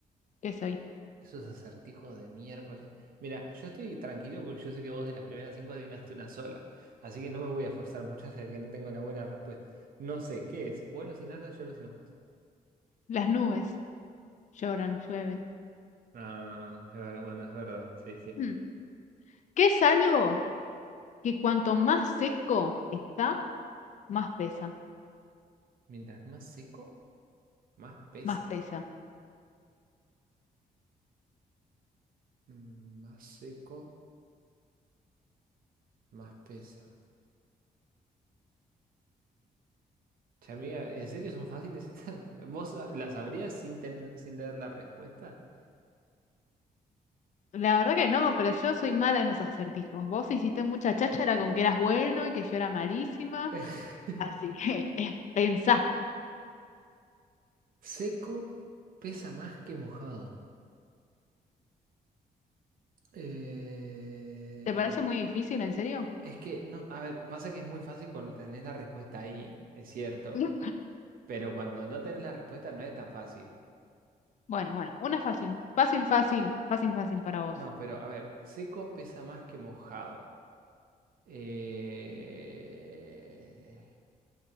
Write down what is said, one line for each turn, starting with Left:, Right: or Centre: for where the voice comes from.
Left: ¿Qué soy?
Right: Esos acertijos de miércoles. Mira, yo estoy tranquilo porque yo sé que vos de las primeras cinco adivinaste una sola. Así que no me voy a forzar mucho hasta que no tenga una buena respuesta. No sé, ¿qué es? ¿Vuelo sin alas, yo sin ojos?
Left: Las nubes lloran, llueven.
Right: Ah, es ver- bueno, es verdad. Sí, sí.
Left: Mm. ¿Qué es algo que cuanto más seco está, más pesa?
Right: Mientras más seco, más pesa.
Left: Más pesa.
Right: Mm, Más seco, más pesa. Che, amiga, ¿en serio son fáciles estas? <laughs> ¿Vos ah, las sabrías sin tener, sin leer la respuesta?
Left: La verdad que no, pero yo soy mala en los acertijos. Vos hiciste mucha cháchara con que eras bueno y que yo era malísima.
Right: <laughs>
Left: Así que <laughs> eh, pensá.
Right: Seco pesa más que mojado. Eh,
Left: ¿Te parece muy difícil, en serio?
Right: es que, no, a ver, pasa que es muy fácil cuando tenés la respuesta ahí, es cierto,
Left: No.
Right: pero cuando no tenés la respuesta no es tan fácil.
Left: Bueno, bueno, una fácil. Fácil, fácil, fácil, fácil para vos.
Right: No, pero a ver, seco pesa más que mojado. Eh,